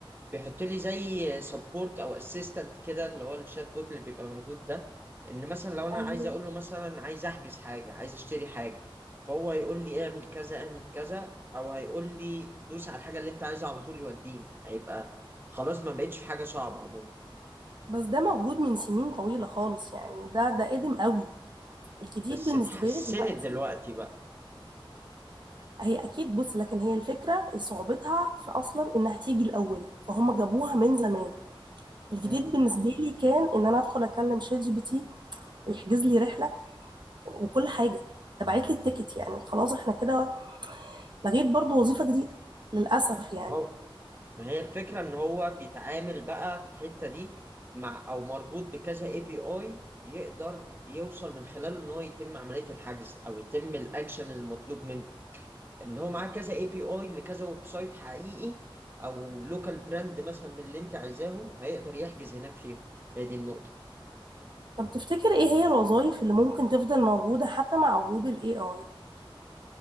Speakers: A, on the right (about 25°); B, on the right (about 55°).
A: بيحط لي زي سبورت او اسيستنت كده اللي هو الشات بوت اللي بيبقى موجود ده ان مثلا لو انا
B: ايوه
A: عايز اقول له مثلا عايز احجز حاجه عايز اشتري حاجه فهو هيقول لي اعمل كذا اعمل كذا او هيقول لي دوس على الحاجه اللي انت عايزها على طول يوديني هيبقى خلاص ما بقتش في حاجه صعبه عموما
B: بس ده موجود من سنين طويلة خالص يعني ده ده قديم قوي الجديد
A: بس
B: بالنسبة
A: اتحسنت
B: لي دلوقتي
A: دلوقتي بقى
B: هي أكيد بص لكن هي الفكرة صعوبتها في أصلا إنها تيجي الأول فهم جابوها من زمان الجديد
A: امم
B: بالنسبة لي كان إن أنا أدخل أكلم شات جي بي تي ويحجز لي رحلة وكل حاجة تبعت لي التيكت يعني خلاص إحنا كده لغيت برضو وظيفة جديدة للأسف يعني
A: هو ما هي الفكرة ان هو بيتعامل بقى في الحتة دي مع او مربوط بكذا اي بي اي يقدر يوصل من خلاله ان هو يتم عملية الحجز او يتم الاكشن المطلوب منه ان هو معاه كذا اي بي اي لكذا ويب سايت حقيقي او لوكال براند مثلا من اللي انت عايزاهم هيقدر يحجز هناك فيهم هي دي النقطة
B: طب تفتكر إيه هي الوظائف اللي ممكن تفضل موجودة حتى مع وجود ال AI